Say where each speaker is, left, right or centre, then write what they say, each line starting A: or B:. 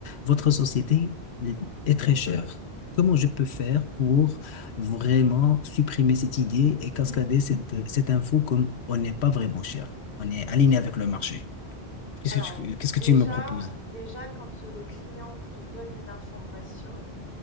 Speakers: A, on the left; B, on the left.
A: votre société est très chère. Comment je peux faire pour vraiment supprimer cette idée et cascader cette, cette info comme on n'est pas vraiment cher? On est aligné avec le marché. Qu'est-ce
B: Alors
A: que tu, qu'est-ce
B: déjà,
A: que tu me proposes?
B: déjà quand le client te donne une information,